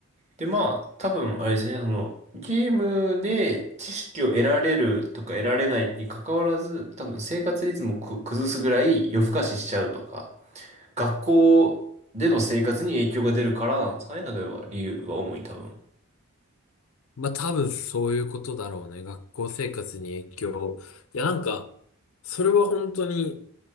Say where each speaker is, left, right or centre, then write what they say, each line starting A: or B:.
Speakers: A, on the right (about 30°); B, on the left (about 70°).
A: で、まあ、多分、あれですね、その、ゲームで知識を得られるとか得られないに関わらず、多分生活リズムをく崩すぐらい夜更かししちゃうとか、学校での生活に影響が出るからなんですかね、例えば理由は主に多分。
B: まあ多分そういうことだろうね。学校生活に影響。いやなんか、それは本当に、